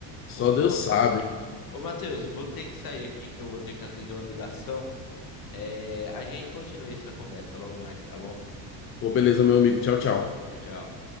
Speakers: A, on the left; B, on the left.
A: Só
B: concordo.
A: Deus sabe.
B: Ô, Matheus, vou ter que sair aqui que eu vou ter que atender uma ligação. É, a gente continua essa conversa logo mais, tá bom?
A: Pô, beleza, meu amigo. Tchau, tchau.
B: Tchau, tchau.